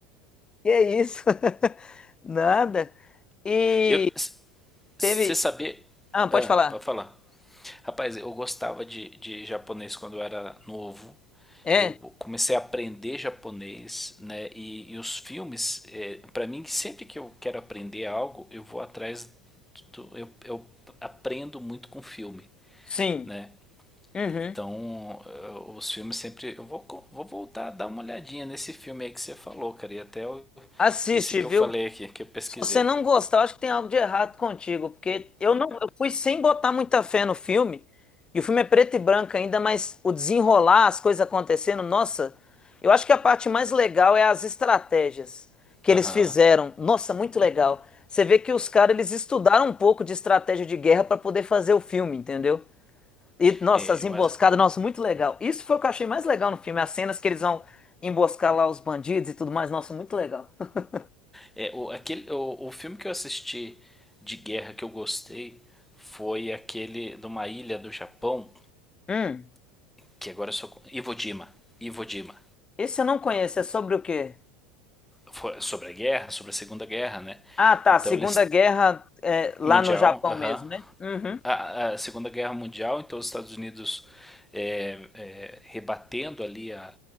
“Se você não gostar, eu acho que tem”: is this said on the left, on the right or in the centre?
Left